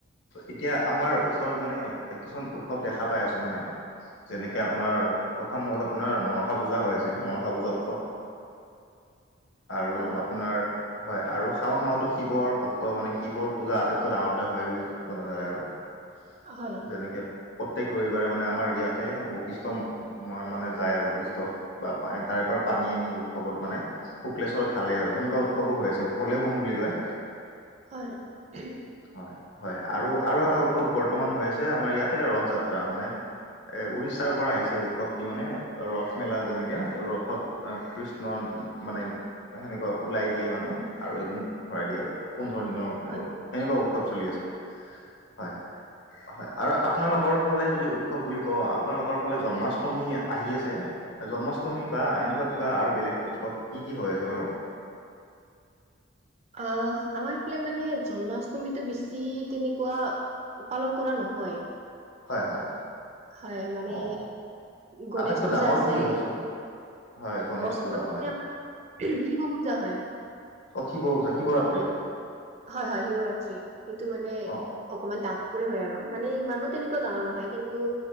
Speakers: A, on the left (about 60°); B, on the right (about 30°).
A: এতিয়া আমাৰ ওচৰত মানে, কিছুমান উৎসৱ দেখা পাই আছো মানে। যেনেকে আপোনাৰ প্ৰথম হ'ল আপোনাৰ মনসা পূজা হৈ আছে, মনসা পূজা উৎসৱ আৰু
B: হয় হয়
A: আপোনাৰ হয় আৰু শাওণ মাহতো শিৱৰ ভক্ত মানে, শিৱৰ পূজা আটাইতকৈ ডাঙৰকে হয় বুলি জনা যায় আৰু।
B: হয়
A: যেনেকে প্ৰত্যেক ৰবিবাৰে মানে আমাৰ ইয়াতে বৈশিষ্টম ম মানে যায় আৰু বৈশিষ্টত বা তাৰে পৰা পানী আনি উৎসৱত মানে শুক্লেশ্বৰত থালে আৰু এনেকুৱা উৎসৱো হৈ আছে, ভলেবোম বুলি কয়।
B: হয়। <unintelligible>
A: হয় হয় আৰু আৰু এটা উৎসৱ বৰ্তমান হৈ আছে আমাৰ ইয়াতে ৰথ যাত্ৰা, মানে এ উৰিষ্যাৰ পৰা আহিছে উৎস শক্তি মানে, ৰথ মেলা যেনেকে ৰথত আহ কৃষ্ণৰ মানে সেনেকুৱা ওলাই দিয়ে মানে, আৰু এদিন ভৰাই দিয়ে আৰু, পোন্ধৰ দিনৰ
B: হয়
A: মোৰ, এনেকুৱা উৎসৱ চলি আছে হয়। হয় আৰু আপোনালোকৰ ফালে যদি উৎসৱ বুলি কওঁ, আপোনালোকৰ ফালে জন্মাষ্ট ষ্টমী আহি আছে, জন্মাষ্টমী বা এনেকুৱা কিবা আৰু বেলেগ উৎসৱ কি কি হৈ আছে বাৰু?
B: আঁহ, আমাৰ ফালে মানে জন্মাষ্টমীটো বিছি তেনেকুৱা পালন কৰা নহয়।
A: হয় হয়।
B: হয় মানে
A: অ'।
B: গণেশ
A: আটাইতকৈ
B: পূজা
A: ডাঙৰ
B: আছে।
A: কি হয় ওচৰত হয় গণেশ
B: ওচৰত
A: পূজা হয়
B: মানে আমাৰ শিৱ পূজা হয়।
A: অ শিৱ পূজা, শিৱৰাত্ৰি?
B: হয় হয় শিৱৰাত্ৰি। সেইটো মানে
A: অ'।
B: অকমান ডাঙৰ ৰে হয় আৰু মানে ইমানো তেনেকুৱা ডাঙৰ নহয় কিন্তু